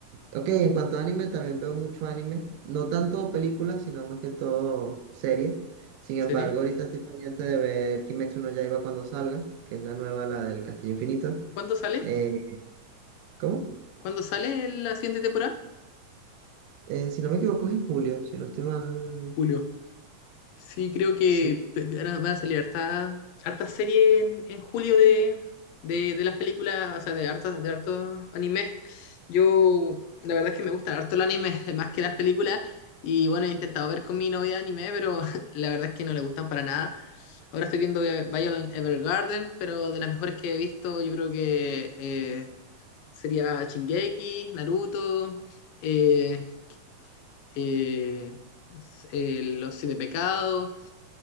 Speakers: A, on the right; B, on the left.
A: ok, en cuanto a anime, también veo mucho anime. No tanto películas, sino más que todo series. Sin
B: ¿Sería?
A: embargo, ahorita estoy pendiente de ver Kimetsu no Yaiba cuando salga, que es la nueva, la del Castillo Infinito.
B: ¿Cuándo sale?
A: Eh, ¿cómo?
B: ¿Cuándo sale la siguiente temporada?
A: Eh, si no me equivoco es en julio, si no estoy mal.
B: Julio. Sí, creo que
A: Sí.
B: pe- van a, van a salir harta, harta serie en, en julio de, de, de las películas, o sea, de hartos, de hartos animes. Yo, la verdad es que me gustan harto el anime, <laughs> más que las películas. Y bueno, he intentado ver con mi novia anime, pero <laughs> la verdad es que no le gustan para nada. Ahora estoy viendo que Violet Evergarden, pero de las mejores que he visto, yo creo que eh, sería Shingeki, Naruto, eh, eh, s- eh, Los Siete Pecados.